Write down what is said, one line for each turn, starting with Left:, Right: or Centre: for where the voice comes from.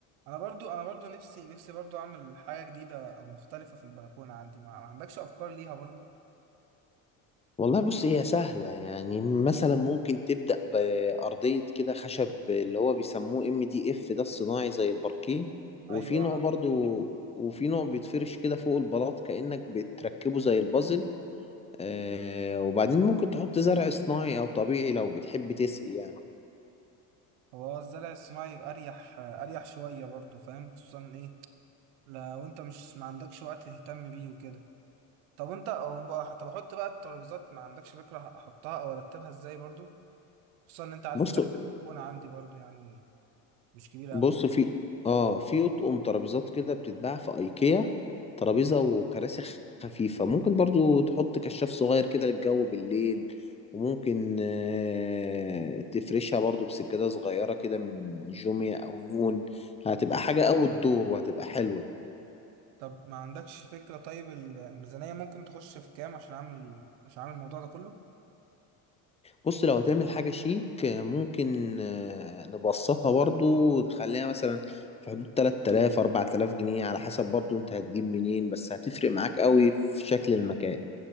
Right: انا برضو انا برضو نفسي نفسي برضو اعمل حاجه جديده او مختلفه في البلكونه عندي ما, ما عندكش افكار ليها برضو
Left: والله بص هي سهلة يعني مثلا ممكن تبدأ بأرضية كده خشب اللي هو بيسموه ام دي اف ده الصناعي زي الباركيه وفي
Right: ايوه
Left: نوع
Right: على-
Left: برضو وفي نوع بيتفرش كده فوق البلاط كأنك بتركبه زي البازل آه وبعدين ممكن تحط زرع صناعي او طبيعي لو بتحب تسقي يعني
Right: هو الزرع الصناعي اريح اريح شويه برضو فاهم خصوصا ايه لو انت مش ما عندكش وقت تهتم بيه وكده طب انت او بقى طب احط بقى الترابيزات ما عندكش فكره احطها او ارتبها ازاي برضو خصوصا ان انت عارف
Left: بص
Right: مساحه البلكونه عندي برضو يعني مش كبيره
Left: بص
Right: قوي
Left: في اه في اطقم ترابيزات كده بتتباع في ايكيا ترابيزه وكراسي خ- خفيفه ممكن برضو تحط كشاف صغير كده للجو بالليل وممكن آه تفرشها برضو بسجاده صغيره كده من جوميا او نون هتبقى حاجه اوت دور وهتبقى حلوه
Right: طب ما عندكش فكرة طيب ال- الميزانية ممكن تخش في كام عشان اعمل عشان اعمل الموضوع ده كله
Left: بص لو هتعمل حاجة شيك آه، ممكن آه، نبسطها برضو نخليها مثلا في حدود 3000 4000 جنيه على حسب برضو انت هتجيب منين بس هتفرق معاك قوي في شكل المكان